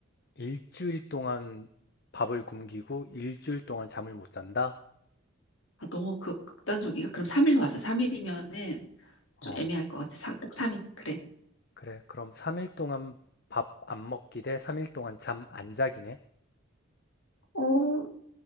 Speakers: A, on the left; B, on the left.
A: 일주일 동안 밥을 굶기고 일주일 동안 잠을 못 잔다?
B: 아 너무 극, 극단적이야. 그럼 3일로 하자. 3일이면은 좀
A: 어,
B: 애매할 것 같아. 사- 딱 3일. 그래.
A: 그래. 그럼 3일 동안 밥 안 먹기 대 3일 동안 잠 안 자기네?
B: 어